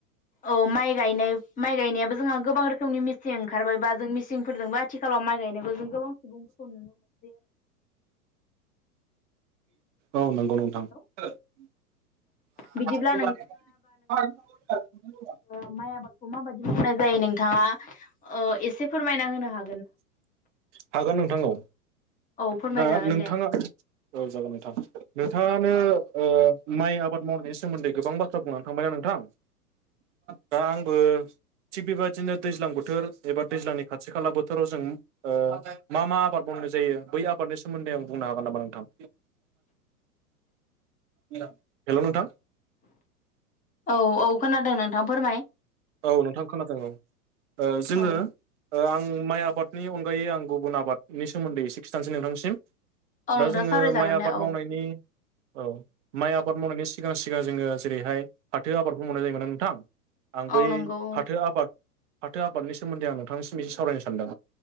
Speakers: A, on the left; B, on the right.
A: औ माइ गायनाय माइ गायनायाबो जोंहा गोबां रोखोमनि मिसिं ओंखारबायबा जों मिसिंफोरजोंबो आ आथिखालाव माइ गायनायखौ जों गोबां सुबुंफोरखौ नुनो मोनसै आरो
B: औ नंगौ नो
A: हेलौ
B: थां <unintelligible>
A: बिदिब्ला ओ माइ आबादखौ माबायदि मावनाय जायो नोंथाङा एसे फोरमायना होनो हा
B: हागोन नोंथां औ।
A: औ फोरमायजागोन
B: दा नोंथाङा
A: दे
B: औ जागोन नोंथां। नोंथाङानो ओ माइ आबाद मावनायनि सोमोन्दै गोबां बाथ्रा बुंनानै थांबायना नोंथां, दा आंबो थिग बेबायदिनो दैज्लां बोथोर एबा दैज्लांनि खाथि खाला बोथोराव जों ओ मा मा आबाद मावनाय जायो बै आबादनि सोमोन्दै आं बुंनो हागोन नामा नोंथां? हेल' नोंथां।
A: औ औ खोनादों नोंथां फोरमाय।
B: औ नोंथां खोनादों औ। ओ जोङो
A: औ
B: ओ आं माइ आबादनि अनगायै आं गुबुन आबादनि सोमोन्दै एसे खिन्थानोसै नोंथांनिसिम।
A: नोंथां
B: दा जोङो
A: सावरायजागोन
B: माइ आबाद
A: दे औ
B: मावनायनि औ माइ आबाद मावनायनि सिगां सिगां जोङो जेरैहाय फाथो आबादखौ मावनाय जायोमोनना नोंथां। आं बै
A: औ नंगौ औ
B: फाथो आबाद फाथो आबादनि सोमोन्दै आं नोंथांनिसिम एसे सावरायनो सानदों।